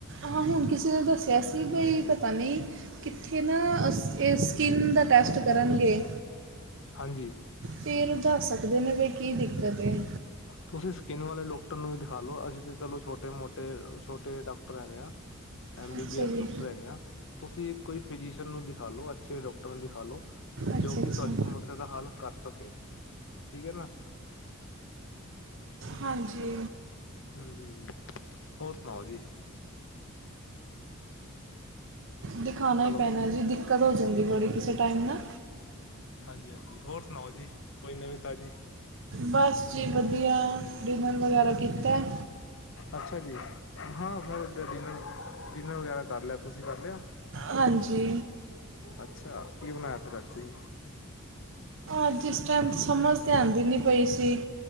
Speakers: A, on the right; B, on the left.
A: ਹਾ ਹੁਣ ਕਿਸੇ ਨੇ ਦੱਸਿਆ ਸੀ ਬਈ ਪਤਾ ਨੀਂ, ਕਿੱਥੇ ਨਾ ਅਸੀ ਇਹ ਸਕਿੰਨ ਦਾ ਟੈਸਟ ਕਰਨਗੇ।
B: ਹਾਂਜੀ
A: ਫੇਰ ਉਹ ਦੱਸ ਸਕਦੇ ਨੇ ਬਈ ਕੀ ਦਿੱਕਤ ਏ।
B: ਤੁਸੀਂ ਸਕਿੰਨ ਵਾਲੇ ਡਾਕਟਰ ਨੂੰ ਵੀ ਦਿਖਾਲੋ ਅਸੀਂ ਤੇ ਚਲੋ ਛੋਟੇ-ਮੋਟੇ ਛੋਟੇ ਡਾਕਟਰ ਹੈਗੇ ਆ, ਐਮ ਬੀ
A: ਅੱਛਾ
B: ਬੀ
A: ਜੀ
B: ਐਸ ਡਾਕਟਰ ਹੈਗੇ ਆ। ਤੁਸੀਂ ਕੋਈ ਫਿਜੀਸ਼ੀਅਨ ਨੂੰ ਦਿਖਾ ਲੋ ਅੱਛੇ ਡਾਕਟਰ ਨੂੰ ਦਿਖਾ ਲੋ, ਜੋ
A: ਅੱਛਾ
B: ਕਿ
A: ਅੱਛਾ
B: ਤੁਹਾਡੀ ਸਮੱਸਿਆ ਦਾ ਹੱਲ ਕਰ ਸਕੇ, ਠੀਕ ਐ ਨਾ।
A: ਹਾਂਜੀ
B: ਹੂੰ-ਹੂੰ ਹੋਰ ਸੁਣਾਓ ਜੀ?
A: ਦਿਖਾਣਾ
B: ਹੈਲੋ
A: ਈ ਪੈਣਾ ਜੀ ਦਿੱਕਤ ਹੋ ਜਾਂਦੀ ਬੜੀ ਕਿਸੇ ਟਾਈਮ ਨਾ
B: ਹਾਂਜੀ-ਹਾਂਜੀ ਹੋਰ ਸੁਣਾਓ ਜੀ ਕੋਈ ਨਵੀਂ ਤਾਜ਼ੀ?
A: ਬਸ ਜੀ ਵਧੀਆ। ਈ ਮੇਲ ਵਗੈਰਾ ਕੀਤਾ ਹੈ।
B: ਅੱਛਾ ਜੀ, ਹਾਂ ਬਸ ਡਿਨਰ ਡਿਨਰ ਵਗੈਰਾ ਕਰ ਲਿਆ, ਤੁਸੀਂ ਕਰ ਲਿਆ?
A: ਹਾਂਜੀ।
B: ਅੱਛਾ, ਕੀ ਬਣਾਇਆ ਫਿਰ ਅੱਜ ਤੁਸੀ?
A: ਅੱਜ ਇਸ ਟਾਈਮ ਸਮਝ ਤੇ ਆਂਦੀ ਨੀ ਪਈ ਸੀ।